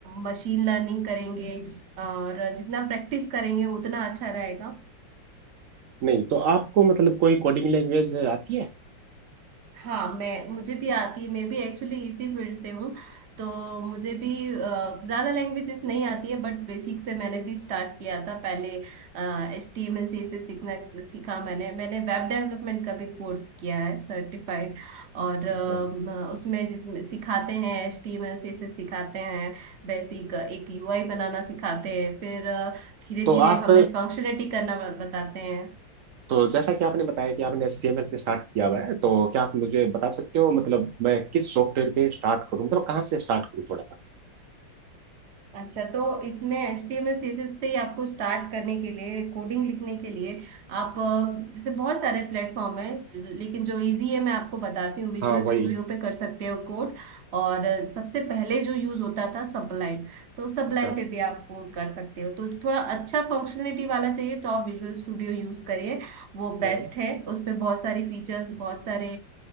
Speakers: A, on the right; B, on the right.
A: मशीन लर्निंग करेंगे और जितना प्रैक्टिस करेंगे उतना अच्छा रहेगा
B: नहीं तो आपको मतलब कोई कोडिंग लैंग्वेज आती है
A: हाँ मैं मुझे भी आती है मैं भी एक्चुअली इसी फील्ड से हूँ तो मुझे भी ज़्यादा लैंग्वेजेस नहीं आती है बट बेसिक से मैंने भी स्टार्ट किया था पहले H T M L C से सीखना सीखा मैंने मैंने वेब डेवलपमेंट का भी कोर्स किया है सर्टिफाइड और
B: अच्छा।
A: अ, उसमें जिसमें सिखाते हैं H T M L C से सिखाते हैं बेसिक एक यू आई बनाना सिखाते हैं फिर धीरे
B: तो
A: धीरे
B: आप
A: हमें फंक्शनलिटी करना बताते हैं
B: तो जैसा कि आपने बताया कि आपने HTML से स्टार्ट किया हुआ है तो क्या आप मुझे बता सकते हो मतलब मैं किस सॉफ्टवेयर पे स्टार्ट करूँ मतलब कहाँ से स्टार्ट करूँ थोड़ा सा
A: अच्छा तो इसमें HTML CSS से ही आपको स्टार्ट करने के लिए कोडिंग लिखने के लिए आप अ, जैसे बहुत सारे प्लेटफॉर्म है लेकिन जो इजी है मैं आपको बताती हूँ विजुअल
B: हाँ वही
A: स्टूडियो पे कर सकते हो कोड और अ, सबसे पहले जो यूज होता था सबलाइन तो सबलाइन
B: अच्छा
A: पे भी आप कोड कर सकते हो तो थोड़ा अच्छा फंक्शनलिटी वाला चाहिए तो आप विजुअल स्टूडियो यूज करिए वो
B: हम्म
A: बेस्ट है उस पे बहुत सारी फीचर्स बहुत सारे